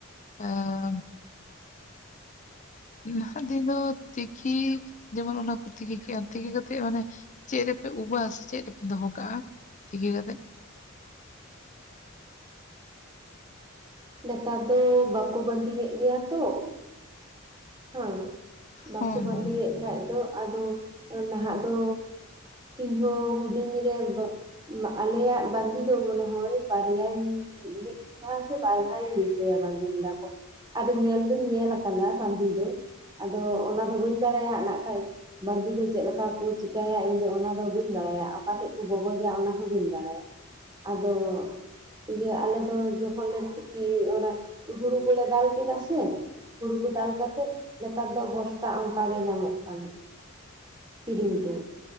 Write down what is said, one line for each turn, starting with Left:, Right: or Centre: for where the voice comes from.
Left: <unintelligible> ᱱᱟᱦᱟᱜ ᱫᱤᱱ ᱫᱚ ᱛᱤᱠᱤ ᱡᱮᱢᱚᱱ ᱚᱱᱟ ᱠᱚᱮ ᱛᱤᱠᱤ ᱠᱮᱜᱼᱟ ᱛᱤᱠᱤ ᱠᱟᱛᱮᱜ ᱢᱟᱱᱮ ᱪᱮᱫ ᱨᱮᱯᱮ ᱩᱵᱟ ᱥᱮ ᱪᱮᱫ ᱨᱮᱯᱮ ᱫᱚᱦᱚ ᱠᱟᱜᱼᱟ ᱛᱤᱠᱤ ᱠᱟᱛᱮᱜ?
Right: ᱱᱮᱛᱟᱨ ᱫᱚ ᱵᱟᱠᱚ ᱵᱟᱸᱫᱮᱭᱮᱫ ᱜᱮᱭᱟ ᱛᱚ ᱾ <inaudible> ᱦᱟᱝ ᱾ ᱵᱟᱠᱚ
Left: ᱦᱳᱭ
Right: ᱵᱟᱸᱫᱮᱭᱮᱫ
Left: ᱦᱳᱭ
Right: ᱠᱷᱟᱡ ᱫᱚ ᱟᱫᱚ ᱱᱟᱦᱟᱜ ᱫᱚᱻ ᱤᱧᱦᱚ ᱦᱩᱰᱤᱧ ᱨᱮ <unintelligible> ᱟᱞᱮᱭᱟᱜ ᱵᱟᱱᱫᱤ ᱫᱚᱦᱚ ᱱᱚᱦᱚᱭ ᱵᱟᱨᱭᱟ ᱢᱤᱫ ᱫᱷᱟᱣ ᱥᱮ ᱯᱟᱨᱦᱟᱭ ᱫᱤᱥᱟᱭᱟ ᱵᱟᱸᱫᱤ ᱞᱮᱫᱟ ᱠᱚ ᱟᱫᱚ ᱧᱮᱞ ᱫᱚᱧ ᱧᱮᱞ ᱠᱟᱫᱟ ᱵᱟᱸᱫᱤ ᱫᱚ᱾ ᱟᱫᱚ ᱚᱱᱟ ᱫᱚ ᱵᱟᱹᱧ ᱵᱟᱲᱟᱭᱟ ᱦᱟᱸᱜ ᱱᱟᱜ ᱠᱷᱟᱡ ᱵᱟᱸᱫᱤ ᱫᱚ ᱪᱮᱫ ᱞᱮᱠᱟ ᱠᱚ ᱪᱤᱠᱟᱹᱭᱟ ᱤᱧ ᱫᱚ ᱚᱱᱟ ᱫᱚ ᱵᱟᱹᱧ ᱵᱟᱲᱟᱭᱟ ᱚᱠᱟᱴᱷᱮᱱ ᱠᱚ ᱜᱚᱜᱚᱡᱟ ᱚᱱᱟ ᱦᱚᱸ ᱵᱟᱹᱧ ᱵᱟᱲᱟᱭᱟ᱾ ᱟᱫᱚ ᱤᱭᱟᱹ ᱟᱞᱮ ᱫᱚ ᱡᱚᱠᱷᱚᱱ ᱞᱮ ᱠᱤ ᱚᱱᱟ ᱦᱩᱲᱩ ᱠᱚᱞᱮ ᱫᱟᱞ ᱠᱮᱫᱟ ᱥᱮ ᱦᱩᱲᱩ ᱠᱚ ᱫᱟᱞ ᱠᱟᱛᱮᱫ ᱱᱮᱛᱟᱨ ᱫᱚ ᱵᱚᱥᱛᱟ ᱚᱱᱠᱟ ᱜᱮ ᱧᱟᱢᱚᱜ ᱠᱟᱱᱟ᱾ ᱠᱤᱨᱤᱧ ᱛᱮ᱾